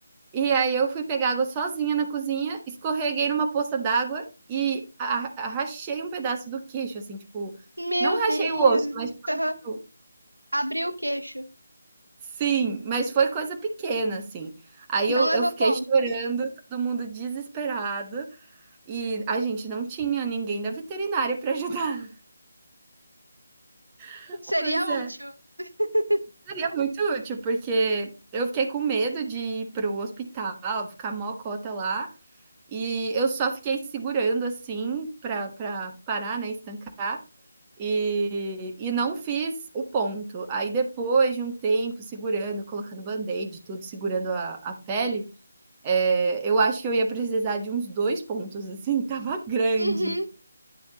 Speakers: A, on the right; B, on the right.
A: e aí eu fui pegar água sozinha na cozinha, escorreguei numa poça d'água e a a rachei um pedaço do queixo, assim, tipo,
B: Meu
A: não rachei
B: Deus.
A: o osso, mas tipo,
B: Aham.
A: abriu.
B: Abriu o queixo.
A: Sim, mas foi coisa pequena, assim. Aí eu
B: Não levou
A: eu fiquei
B: ponto.
A: chorando, todo mundo desesperado, e a gente não tinha ninguém da veterinária para ajudar. <laughs>
B: Seria
A: Pois é,
B: útil. <laughs>
A: seria muito útil, porque eu fiquei com medo de ir para o hospital, ficar mó cota lá, e eu só fiquei segurando, assim, para pra parar, né, estancar, e e não fiz o ponto. Aí depois de um tempo segurando, colocando band-aid tudo, segurando a a pele, Eh, eu acho que eu ia precisar de uns 2 pontos, assim, <laughs> tava grande,
B: Uhum.